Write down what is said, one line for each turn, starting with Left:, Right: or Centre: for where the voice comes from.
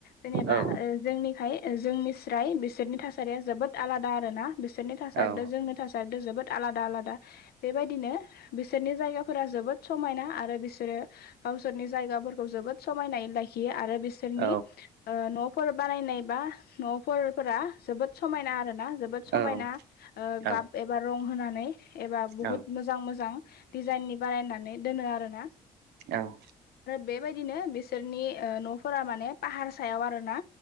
Left: जेनेबा
Right: औ
Left: आ ओ जोंनिखाय जोंनि स्राय बिसोरनि थासारिया जोबोद आलादा आरो ना। बिसोरनि थासारजों
Right: औ
Left: जोंनि थासारजों जोबोद आलादा आलादा बेबायदिनो बिसोरनि जायगाफोरा जोबोद समायना आरो बिसोरो गावसोरनि जायगाफोरखौ जोबोद समायनायै लाखियो आरो बिसोरनि
Right: औ
Left: ओ न' फोर बानायनाय बा न'फोरफोरा जोबोद समायना आरो ना। समायना
Right: औ औ
Left: गाब एबा रं होनानै एबा बहुत
Right: औ
Left: मोजां मोजां दिजाइननि बानायनानै दोनो आरो ना।
Right: औ
Left: बेबायदिनो बिसोरनि ओ न'फोरा माने पाहार सायाव आरो